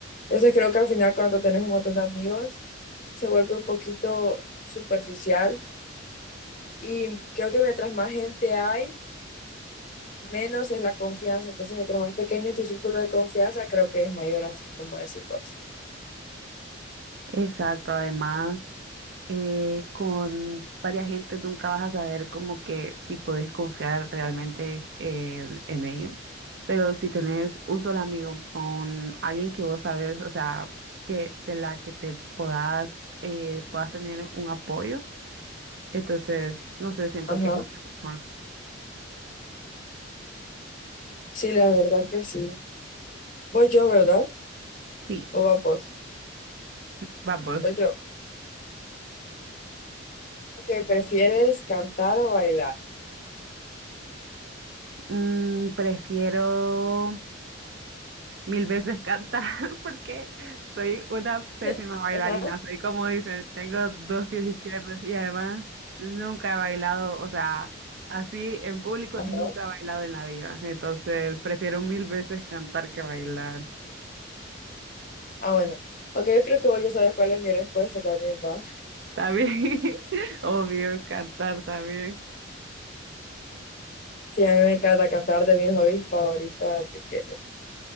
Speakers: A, on the left; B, on the right.
A: Entonces creo que al final cuando tenés un montón de amigos se vuelve un poquito superficial y creo que mientras más gente hay, menos es la confianza. Entonces mientras más pequeño es tu círculo de confianza, creo que es mayor, así como decís vos.
B: Exacto, además, eh, con varias gentes nunca vas a saber como que si podés confiar realmente en, en ellos, pero si tenés un solo amigo con alguien que vos sabes, o sea, que de la que te puedas, eh, puedas tener un apoyo, entonces, no sé, siento
A: Ajá.
B: que es mucho mejor.
A: Sí, la verdad que sí. Voy yo, ¿verdad?
B: Sí,
A: ¿O va vos?
B: vamos.
A: Voy yo. Ok, ¿prefieres cantar o bailar?
B: Mm, prefiero... mil veces cantar <laughs> porque soy una pésima
A: <laughs>
B: bailarina.
A: Ajá,
B: Soy como dicen, tengo dos pies izquierdos y además nunca he bailado, o sea, así en público
A: ajá.
B: nunca he bailado en la vida. Entonces prefiero mil veces cantar que bailar.
A: Ah, bueno. Ok, yo creo que vos ya sabes cuál es mi respuesta también, va.
B: También, <laughs> obvio, cantar también.
A: Sí, a mí me encanta cantar de mis hobbies favoritos, así que...